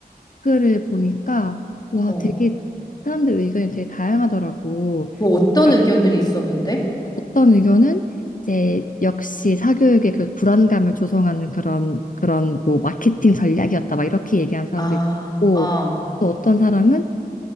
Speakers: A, on the left; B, on the left.
A: 글을 보니까 와
B: 어.
A: 되게 사람들 의견이 되게 다양하더라고.
B: 뭐 어떤
A: 그러니까
B: 의견들이 있었는데?
A: 어떤 의견은 이제 역시 사교육의 그 불안감을 조성하는 그런 그런 뭐 마케팅 전략이었다 막 이렇게 얘기한 사람도
B: 아,
A: 있고
B: 아,
A: 또 어떤 사람은